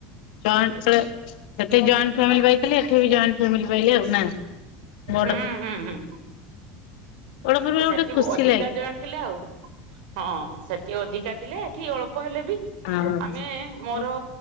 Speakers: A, on the left; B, on the right.
A: ଜଏ ସେତେ ଜଏଣ୍ଟ ଫ୍ୟାମିଲିାଇ। ତାଲେ ଏଠ ବି ଜଏଣ୍ଟ ଫ୍ୟାମିଲି ପାଇଲେ ଆଉ ନା। ବଡ
B: ହୁଁ ହୁଁ ହୁଁ
A: ବଡ ପରିବାର
B: ସେଠି
A: ଗୋଟେ ଖୁସି
B: ଅଧିକା
A: ଲାଗେ
B: ଜଣ ଥିଲେ ଆଉ। ହଁ ସେଠି ଅଧିକା ଥିଲେ। ଠିକ ଅଳ୍ପ ହେଲେ ବି
A: ହଁ
B: ଆମେ ମୋର।
A: ହଁ